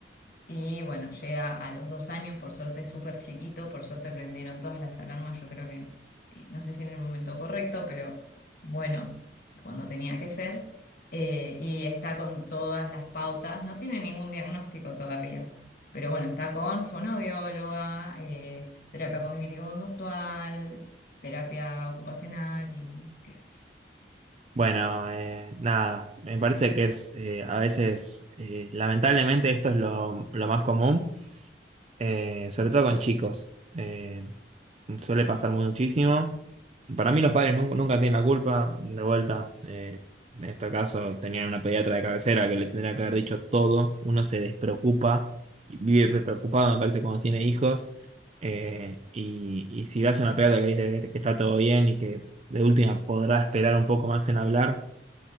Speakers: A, on the left; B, on the right.
A: Y bueno, llega a los dos años, por suerte es súper chiquito, por suerte prendieron todas las alarmas, yo creo que, eh, no sé si en el momento correcto, pero bueno, cuando tenía que ser, eh, y está con todas las pautas, no tiene ningún diagnóstico todavía, pero bueno, está con fonoaudióloga, eh, terapia cognitivo-conductual, terapia ocupacional y qué sé
B: Bueno, eh, nada, me parece que es eh, a veces, eh, lamentablemente esto es lo, lo más común, eh, sobre todo con chicos. Eh, suele pasar muchísimo. Para mí los padres nun- nunca, tienen la culpa, de vuelta. eh, en este caso tenían una pediatra de cabecera que le tendría que haber dicho todo. Uno se despreocupa, y vive preocupado, me parece, cuando tiene hijos. Eh, y, y si vas a una pediatra que dice que que está todo bien y que de última podrá esperar un poco más en hablar